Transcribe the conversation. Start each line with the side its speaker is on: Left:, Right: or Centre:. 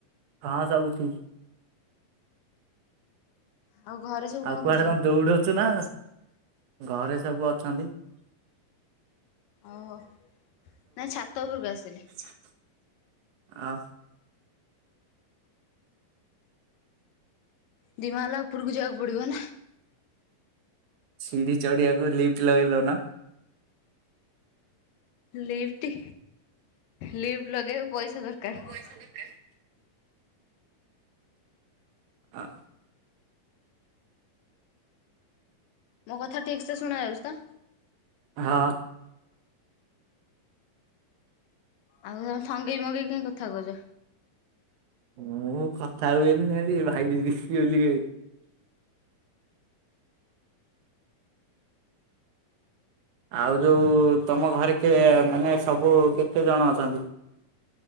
Right: ହଁ ସବୁ ଠି
Left: ଆଉ ଘରେ ସବୁ କଣ
Right: ଆଉ କୁଆଡ଼େ
Left: କରୁଛନ୍ତି
Right: କଁ ଦୌଡ଼ଚୁ ନାଁ ଘରେ ସବୁ ଅଛନ୍ତି?
Left: ଓହୋ ନାଇଁ ଛାତ ଞପରୁକୁ ଆସିଲି।
Right: ଛାତ ଅ
Left: ଦିମାହାଲା ଓପୁରୁକୁ ଯିବାକୁ ପଡ଼ିବନ୍
Right: ସିଡ଼ି ଚଢ଼ିବାକୁ ଲିଫ୍ଟ ଲଗେଇ ଦଉନ।
Left: ଲିପ୍ଟି? ଲିପ୍ଟ୍ ଲଗେଇବାକୁ ପଇସା ଦରକାର।
Right: ପଇସା ଦରକାର। ଆଅ
Left: ମୋ କଥା ଠିକ୍ ସେ ଶୁଣାଯାଉଚି ତ?
Right: ହଁ।
Left: ଆଉ ତମେ ଥଙ୍ଗେଇ ମଙ୍ଗେଇ କାଇଁ କଥା କଉଚ?
Right: ମୁଁ କଥା ହୁଏନି ସେମିତି ଭାଇ ବିଗିଡ଼ଚି ବୋଲିକେ ଆଉ ଯୋଉ ତମ ଘରେ କେ ମାନେ ସବୁ କେତେ ଜଣ ଅଛନ୍ତି?